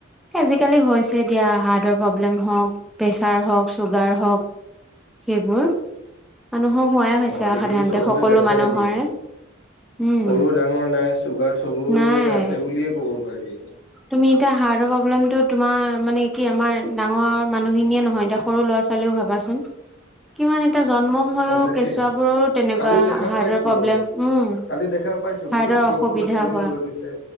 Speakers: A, in the centre; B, on the left (about 65°).
A: আজিকালি হৈছে দিয়া। হাৰ্টৰ প্ৰব্লেম হওক প্ৰেছাৰ হওক চুগাৰ হওক সেইবোৰ। মানুহৰ হোৱাই হৈছে
B: অ আজিকালি
A: আৰু সাধাৰণতে
B: চবতে
A: সকলো
B: দেখাই
A: মানুহৰে
B: দিয়ে
A: উম,
B: সৰু ডাঙৰ নাই চুগাৰ চবৰে
A: নাই
B: আছে বুলিয়ে ক'ব পাৰি। এতিয়া
A: তুমি এতিয়া হাৰ্টৰ প্ৰব্লেমটো তোমাৰ মানে কি আমাৰ ডাঙৰ মানুহখিনিয়ে নহয় এতিয়া সৰু ল'ৰা চালেও ভাবাচোন। কিমান এতিয়া জন্ম হয়ও
B: অ তাকে
A: কেঁচুৱাবোৰৰো তেনেকুৱা
B: কালি দেখা
A: হাৰ্টৰ
B: পাইছো
A: প্ৰব্লেম
B: অ
A: উম,
B: কালি দেখা পাইছো
A: হাৰ্টৰ
B: বহুত সৰু
A: অসুবিধা
B: সৰু ল'ৰা ছোৱালীয়ো
A: হোৱা।
B: লৈ গৈছে